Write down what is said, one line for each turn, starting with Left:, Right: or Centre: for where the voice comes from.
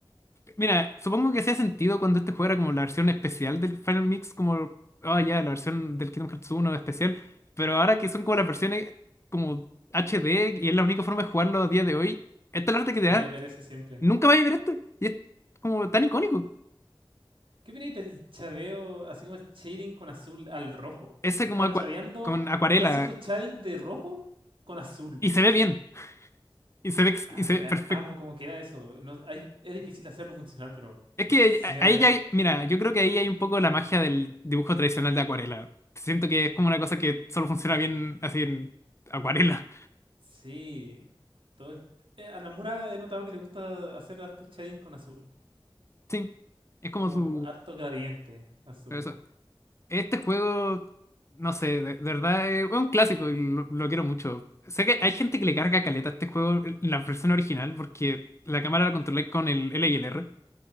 Left: Mira, supongo que hacía sentido cuando este juego era como la versión especial del Final Mix, como, ah, ya, la versión del Kingdom Hearts uno especial, pero ahora que son como las versiones como HD y es la única forma de jugarlo a día de hoy, esta es la arte que te
Right: vaya
Left: da.
Right: a ver ese siempre.
Left: Nunca vais a ver esto. Y es como tan icónico.
Right: ¿Qué opináis del chadeo, así como el shading con azul al rojo?
Left: Ese
Right: Estás
Left: como acua-
Right: chadeando,
Left: con acuarela.
Right: estás haciendo shading de rojo con azul.
Left: Y se ve bien. Y se ve, ex-
Right: Ah,
Left: y se ve
Right: eh,
Left: perfecto.
Right: amo cómo queda eso. No, hay, es difícil hacerlo funcionar, pero...
Left: Es
Right: Funciona
Left: que a- ahí ya, mira, yo creo que ahí hay un poco la magia del dibujo tradicional de acuarela. Siento que es como una cosa que solo funciona bien así en acuarela.
Right: Sí, todo el... eh, a Namura he notado que le gusta hacer harto shading con azul,
Left: Sí, es como
Right: como
Left: su...
Right: harto gradiente azul.
Left: Eso. Este juego, no sé, de, de verdad es un clásico y lo, lo quiero mucho. Sé que hay gente que le carga caleta a este juego, la versión original, porque la cámara la controlé con el L y el R.